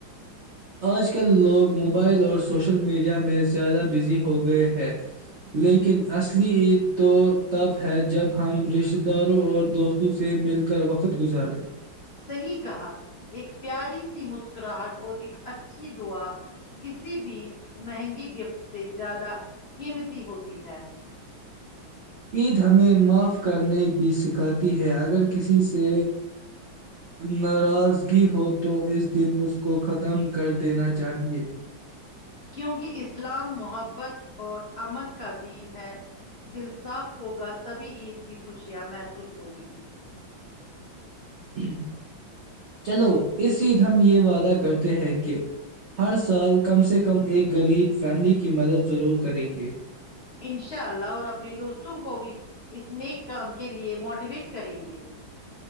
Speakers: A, on the right; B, on the left.
A: آج کل لوگ موبائل اور سوشل میڈیا میں زیادہ بزی ہو گئے ہیں لیکن اصلی عید تو تب ہے جب ہم رشتہ داروں اور دوستوں سے مل کر وقت گزارے
B: صحیح کہا ایک پیاری سی مسکراہٹ اور ایک اچھی دععا کسی بھی مہنگی گفٹ سے زیادہ قیمتی ہوتی ہے
A: عید ہمیں معاف کرنے بھی سکھاتی ہے اگر کسی سے ناراضگی ہو تو اس دن اس کو ختم کر دینا چاہیئے
B: کیونکہ اسلام محبت اور امن کا دین ہے دل صاف ہوگا تبھی عید کی خوشیاں محسوس ہوگی
A: جی چلو اس س ہم یہ وعدہ کر کرتے ہیں کہ ہر سال کم سے کم ایک غریب فیملی کی مدد ضرور کریں گے
B: ان شاء اللہ اور اپنے دوستوں کو بھی اس نیک کام کے لیے موٹیویٹ کریں گے